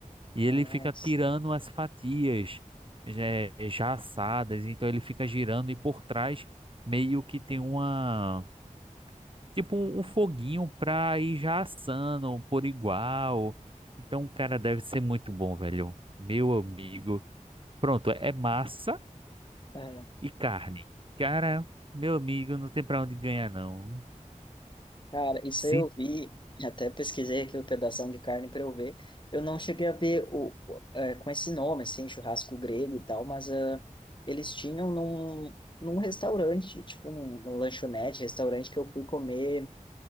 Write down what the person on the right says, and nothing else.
E
ele fica tirando as fatias já, já assadas. Então ele fica girando e por trás meio que tem uma tipo um, um foguinho pra ir já assando por igual. Então, cara, deve ser muito bom, velho. Meu amigo. Pronto, é massa
e carne. Cara, meu amigo, não tem pra onde ganhar, não.
Sim,